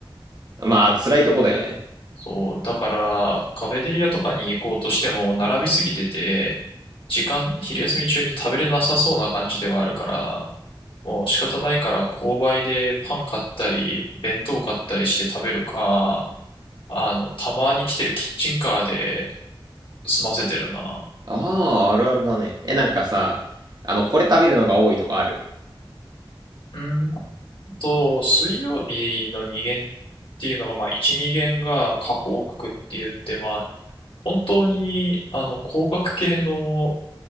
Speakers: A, on the right; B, on the left.
A: まあ、辛いとこだよね。
B: そう、だからカフェテリアとかに行こうとしても並びすぎてて、時間、昼休み中に食べれなさそうな感じではあるから、もう仕方ないから購買でパン買ったり、弁当買ったりして食べるか、あの、たまに来てるキッチンカーで済ませてるな。
A: ああ、あるあるだね。え、なんかさ、あの、これ食べるのが多いとかある
B: うーんと、水曜日の2限っていうのが、まあ1、2限が加工学って言って、まあ本当にあの工学系の